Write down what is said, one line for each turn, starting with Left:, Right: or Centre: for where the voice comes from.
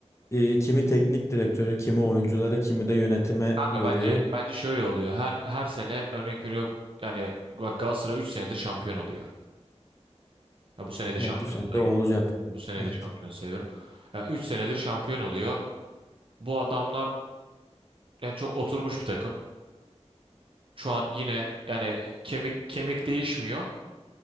Left: e, kimi teknik direktörü, kimi oyunculara, kimi de yönetime
Right: Kanka
Left: yoruyor.
Right: bence bence şöyle oluyor. Her her sene örnek veriyorum yani bak Galatasaray 3 senedir şampiyon oluyor. Ya bu sene de
Left: Net
Right: şampiyon
Left: bu sene
Right: sayıyorum.
Left: de o olacak.
Right: Bu sene
Left: Evet.
Right: de şampiyon sayıyorum. Ya 3 senedir şampiyon oluyor. Bu adamlar yani çok oturmuş bir takım. Şu an yine yani kemik kemik değişmiyor.